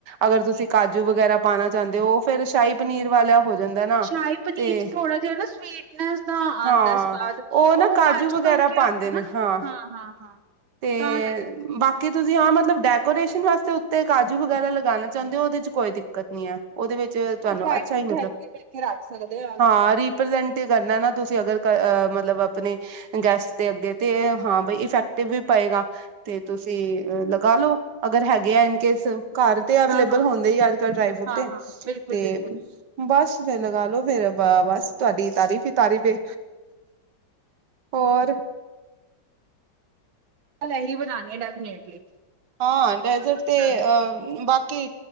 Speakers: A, on the right (about 60°); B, on the right (about 85°).
A: ਅਗਰ ਤੁਸੀਂ
B: ਠੀਕ।
A: ਕਾਜੂ ਵਗੈਰਾ ਪਾਣਾ ਚਾਂਦੇ ਓ ਓ ਫੇਰ ਸ਼ਾਹੀ ਪਨੀਰ ਵਾਲਾ ਹੋ ਜਾਂਦਾ ਨਾ
B: ਸ਼ਾਹੀ ਪਨੀਰ
A: ਤੇ
B: 'ਚ ਥੋੜਾ ਜਿਹਾ ਨਾ ਸਵੀਟਨੈਸ ਦਾ
A: ਹਾਂ
B: ਆਂਦਾ ਸਵਾਦ,
A: ਓ
B: ਉਹ
A: ਨਾ ਕਾਜੂ ਵਗ ਗੈਰਾ
B: ਕਰਕੇ
A: ਪਾਂਦੇ
B: ਆਂਦਾ
A: ਨੇ
B: ਨਾ।
A: ਹਾਂ
B: ਹਾਂ, ਹਾਂ
A: ਤੇ
B: ਤਾਂ ਕਰਕੇ।
A: ਬਾਕੀ ਤੁਸੀਂ ਹਾਂ ਮਤਲਬ ਡੈਕੋਰੇਸ਼ਨ ਵਾਸਤੇ ਉੱਤੇ ਕਾਜੂ ਵਗੈਰਾ ਲਗਾਣਾ ਚਾਂਦੇ ਓ ਓਦੇ ਚ ਕੋਈ ਦਿੱਕਤ ਨੀ ਐ ਓਦੇ ਵਿੱਚ ਤੁਹਾਨੂੰ
B: ਉਹ ਡਰਾਈ
A: ਅੱਛਾ
B: ਫਰੂਟ
A: ਈ ਮਤਲਬ
B: ਹਲਕੇ ਕਰਕੇ ਰੱਖ ਸਕਦੇ ਆ ਅਸੀਂ।
A: ਹਾਂ ਰੀਪ੍ਰਜੈਂਟ ਕਰਨਾ ਨਾ ਤੁਸੀਂ ਅਗਰ ਕ ਅ ਮਤਲਬ ਆਪਣੇ ਗੈਸਟ ਦੇ ਅੱਗੇ ਤੇ ਹਾਂ ਬਈ ਇਫੈਕਟਿਵ ਵੀ ਪਏਗਾ ਤੇ ਤੁਸੀਂ ਲ <unintelligible> ਲੌ ਅਗਰ ਹੈਗੇ ਆ ਇਨ ਕੇਸ ਘਰ ਤੇ ਅਵੇਲੇਬਲ
B: ਹਾਂ-ਹਾਂ,
A: ਹੁੰਦੇ ਈ ਆ ਅੱਜ ਕੱਲ ਤੇ ਡਰਾਈ ਫਰੂਟ
B: ਹਾਂ-ਹਾਂ,
A: ਤੇ
B: ਬਿਲਕੁਲ-ਬਿਲਕੁਲ।
A: ਤੇ ਬਸ ਫਿਰ ਲਗਾਲੋ ਫੇਰ ਬ ਬਸ ਤੁਹਾਡੀ ਤਾਰੀਫ਼ ਈ ਤਾਰੀਫ਼ ਏ ਹੋਰ
B: ਕੱਲ ਏਹੀ ਬਣਾਣੀ ਐ ਡੈਫੀਨੇਟਲੀ।
A: ਹਾਂ ਡੈਜ਼ਰਟ
B: ਅੱਛਾ।
A: ਤੇ ਅਹ ਬਾ ਕੀ